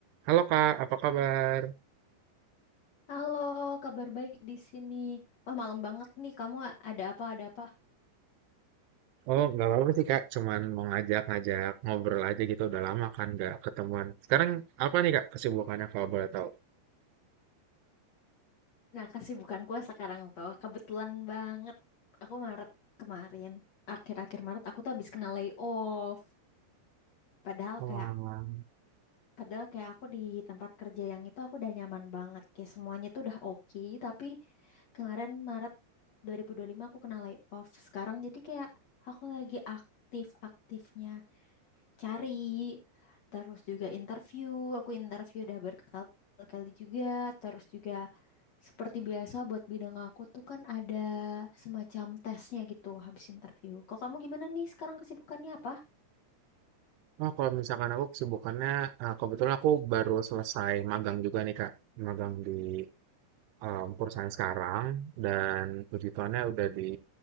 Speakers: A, on the right; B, on the left.
A: Halo Kak, apa kabar?
B: Halo, kabar baik di sini. Wah, malam banget nih. Kamu a- ada apa? Ada apa?
A: Oh, nggak apa-apa sih Kak, cuman mau ngajak-ngajak ngobrol aja gitu, udah lama kan nggak ketemuan. Sekarang apa nih Kak kesibukannya kalau boleh tahu?
B: Nah, kesibukanku sekarang tuh kebetulan banget. Aku Maret kemarin, akhir-akhir Maret aku tuh habis kena layoff. Padahal
A: Wah,
B: kayak padahal kayak aku di tempat kerja yang itu aku udah nyaman banget. Kayak semuanya tuh udah oke, tapi kemarin Maret dua dua ribu dua puluh lima aku kena layoff. Sekarang jadi kayak aku lagi aktif-aktifnya. cari terus juga interview aku interview udah berkali-kali juga terus juga seperti biasa buat bidang aku tuh kan ada semacam tesnya gitu habis interview kok kamu gimana nih sekarang kesibukannya apa
A: oh, kalau misalkan aku kesibukannya, eh, kebetulan aku baru selesai magang juga nih Kak, magang di em, perusahaan sekarang, dan puji Tuhannya udah di